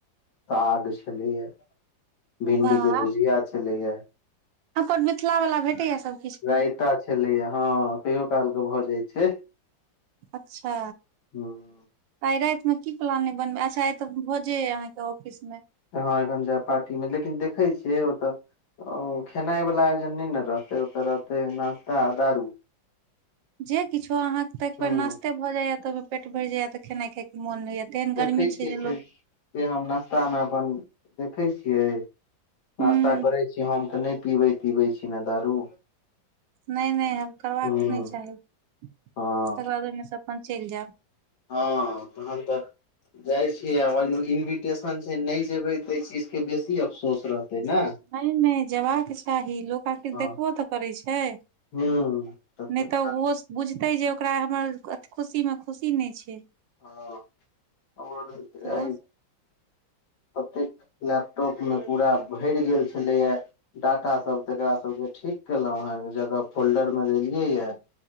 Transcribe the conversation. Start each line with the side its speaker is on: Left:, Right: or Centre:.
Left: साग छलैये, भिंडी
Right: वाह
Left: के भुजिया छलैये।
Right: अपन मिथिला वला भेटैया सब
Left: रायता छलैये हँ कहियो कालके भ जाइ छैय।
Right: अच्छा।
Left: हूँ।
Right: आइ राइतमे की प्लान अय बनबे अच्छा आय त भोजे अय अहाँके ऑफिसमे।
Left: हँ एखन जैब पार्टी मे लेकिन देखैय छियै ओतऽ। खेनाइ वला आयोजन नय ने रहतैय, ओतऽ रहतैय नास्ता आ दारू।
Right: जे किछो अहाँके त एक बेर
Left: हूँ
Right: नास्ते भऽ जाइए त ओयमे पेट भरि जाइए त खेनाइ खे मोन नय होइयै, तेहन
Left: देखै
Right: गर्मी
Left: छियै
Right: छैय जे
Left: से
Right: लोक
Left: से हम नस्ता मे अपन देखैय छियै
Right: हूँ
Left: नास्ता करै छी हम त नहि पिबै-तिबै छी न दारू।
Right: नय- नय हँ करबाको
Left: हूँ
Right: नहि चाही तकर
Left: हँ
Right: बाद ओहिमे से अपन चलि जैब।
Left: हँ तहन त जाय छी इन्विटेशन छैय नय जेबैय तै चीजके बेसी अफसोस रह रहतय न।
Right: नय- नय जेबाक चाही लोक आखिर
Left: हँ
Right: देखबो त करय छैय।
Left: हूँ तऽ
Right: नय त ओहो
Left: हँ
Right: बुझतैय जे ओकरा हमर अथी खुशीमे खुशी नय छैय।
Left: हँ और
Right: सेहो
Left: आइ ओतेक लैपटॉपमे पूरा भरि गेल छलैये डाटा सब तकरा सबके ठीक केलहुं हेँ एक जगह फोल्डरमे देलियैए।